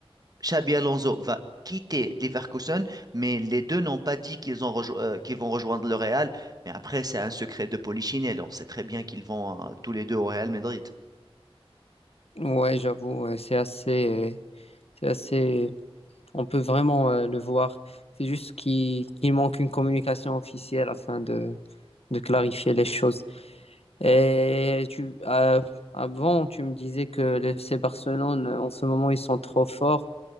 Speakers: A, on the right; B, on the left.
A: Xabi Alonso va quitter Leverkusen, mais les deux n'ont pas dit qu'ils ont rejo- euh, qu'ils vont rejoindre le Real. Mais après, c'est un secret de Polichinelle. On sait très bien qu'ils vont euh, tous les deux au Real Madrid.
B: Ouais, j'avoue, ouais, c'est assez, c'est assez. On peut vraiment euh, le voir. C'est juste qu'il qu'il manque une communication officielle afin de, de clarifier les choses. Et tu, euh, avant, tu me disais que le FC Barcelone, euh, en ce moment, ils sont trop forts.